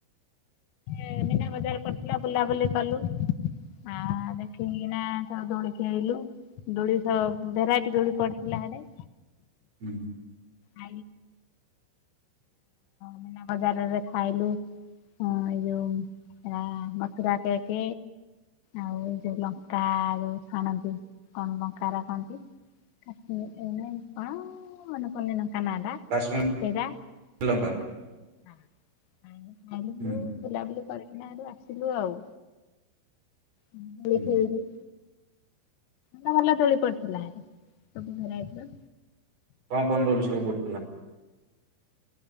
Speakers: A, on the left; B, on the right.
A: ଏ ମୀନା ବଜାର ପଡିଥିଲା ବୁଲାବୁଲି କଲୁ। ଆ ଦେଖିକିନା ସେ ଦୋଳିି ଖେଳିଲୁ। ଦୋଳି ସବ ଭେରାଇଟି ଦୋଳି ପଡିଥିଲା ହେଟେ।
B: ହୁଁ।
A: <unintelligible> ମୀନା ବଜାରରେ ଖାଇଲୁ ହଁ ଏଇ ଯୋଉ ହେରା ମଥୁରା କେକ୍। ଆଉ ଏଇ ଯୋଉ ଲଙ୍କା ଯୋଉ ଛାଣନ୍ତି କଣ ଲଙ୍କାଅରା କହନ୍ତି? କାଶ୍ମୀର ଏ ନାଇଁ କଣ? କନି ନଙ୍କା ନା ଟା
B: କାଶ୍ମୀର
A: ସେରା ଆଇଲୁ
B: ଶ୍ରୀଲଙ୍କା
A: ଖାଇଲୁ
B: ହୁଁ
A: ବୁଲାବୁଲି କରିକିନା ହେଟୁ ଆସିଲୁ ଆଉ। ଦୋଳି
B: ହୁଁ
A: ଖେଳିଳୁ ଭଲ ଭଲ ଦୋଳି ପଡିଥିଲା ସବୁ ଭେରାଇଟର।
B: କଣ କଣ ଦୋଳି ସବୁ ପଡ଼ିଥିଲା?